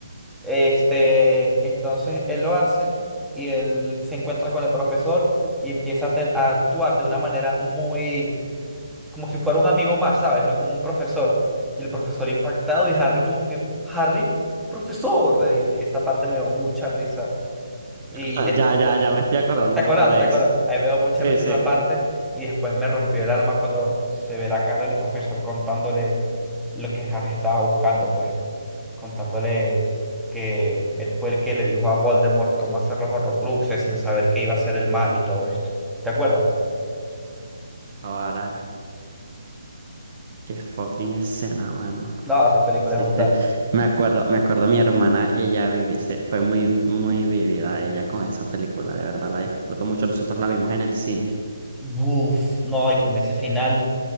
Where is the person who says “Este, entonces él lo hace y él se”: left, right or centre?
Centre